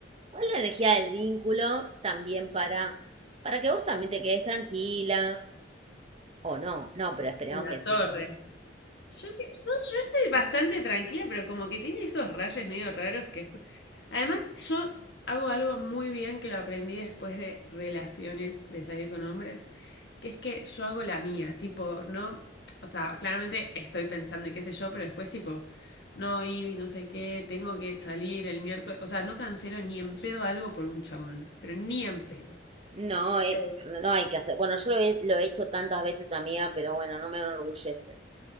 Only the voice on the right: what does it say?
¿Cuál es la energía del vínculo también para, para que vos también te quedes tranquila? O no, no, pero esperemos
que sí.
No, eh,
no hay que hacer. Bueno, yo lo he, lo he hecho tantas veces, amiga, pero bueno, no me enorgullece.